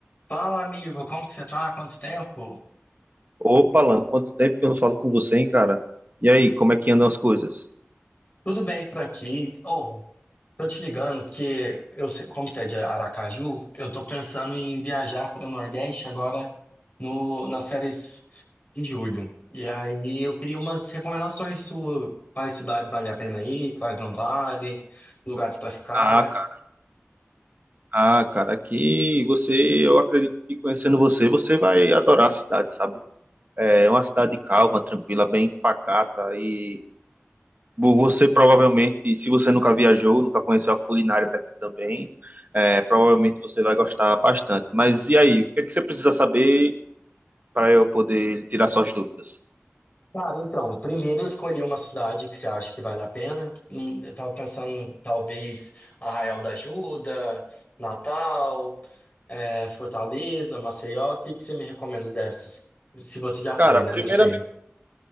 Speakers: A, on the left; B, on the right.
A: Fala, amigo, como que você tá? Quanto tempo?
B: Opa, Alan, quanto tempo que eu não falo com você, hein, cara? E aí, como é que andam as coisas?
A: Tudo bem por aqui? Ô, tô te ligando porque eu, sei- como você é de Aracaju, eu tô pensando em viajar para o Nordeste agora no, nas férias de julho. E aí eu queria umas recomendações suas, quais cidades vale a pena ir, quais não vale, lugares para ficar.
B: Ah, cara, ah, cara, aqui você, eu acredito que conhecendo você, você vai adorar a cidade, sabe? É uma cidade calma, tranquila, bem pacata e vo- você provavelmente, se você nunca viajou, nunca conheceu a culinária daqui também, é, provavelmente você vai gostar bastante. Mas e aí, o que é que você precisa saber para eu poder tirar suas dúvidas?
A: Cara, então, primeiro eu escolhi uma cidade que você acha que vale a pena. Hum, Eu tava pensando, talvez, Arraial da Ajuda, Natal, eh, Fortaleza, Maceió. O que que você me recomenda dessas? Se você já foi,
B: Cara,
A: né?
B: primeiramente
A: Não sei.